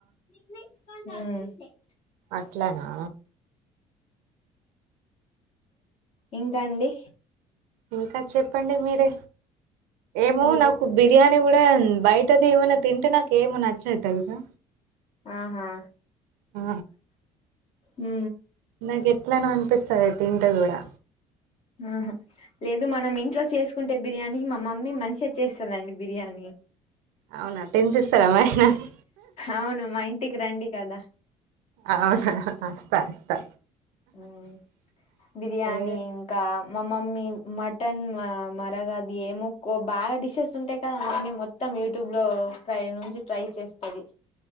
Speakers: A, on the left (about 50°); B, on the right (about 80°).
A: ఉ
B: అట్లనా
A: ఇంకా అండి
B: ఇంకా చెప్పండి మీరే ఏమో
A: మీరే
B: నాకు బిర్యానీి కూడా బయటది ఏమైనా తింటే నాకేమో నచ్చదు తెలుసా
A: ఆహా
B: ఆ
A: మ్
B: నాకు ఎట్లానో అనిపిస్తది తింటే కూడా
A: ఆహా లేదు మనం ఇంట్లో చేసుకుంటే బిర్యానీ మా మమ్మీ మంచిగ చేస్తాదండి బిర్యానీ
B: అవునా తినిపిస్తార మరి నాకు
A: అవును మా ఇంటికి రండి కదా
B: అవునా అస్తా అస్తా
A: మ్
B: <inaudible>
A: బిర్యానీ
B: ఏ
A: ఇంకా మ మమ్మీ మటన్ మా మరగది ఏమో కో బాగా డిషెస్ ఉంటాయి కదా అన్నీ మొత్తం యూట్యూబ్లో ట్రై నుంచి ట్రై చేస్తది